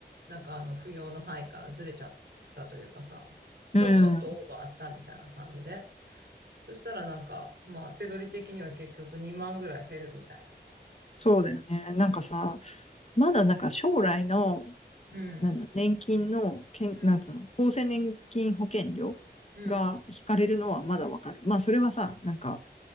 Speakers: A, on the right; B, on the left.
A: なんかあの、不要の範囲からずれちゃったというかさ、ちょ、
B: うん。
A: ちょっとオーバーしたみたいな感じで。そしたらなんか、まあ手取り的には結局2万ぐらい減るみたいなさ。
B: そうだよね。なんかさ、まだなんか将来の、
A: うん、
B: なんだ、年金の、けん、
A: うん、
B: なんつうの、厚生年金保険料が引かれるのはまだわかる。
A: うん、
B: まあ、それはさ、なんか、